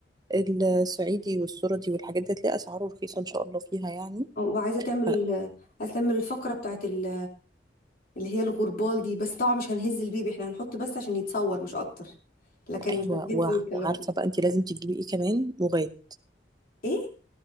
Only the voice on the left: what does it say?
وعايزة تعمل ال...
عايزة تعمل الفقرة بتاعت ال... اللي هي الغربال دي بس طبعا مش هنهز البيبي احنا هنحط بس عشان يتصور مش اكتر لكن
مش هنهز
والكلام
ده
ايه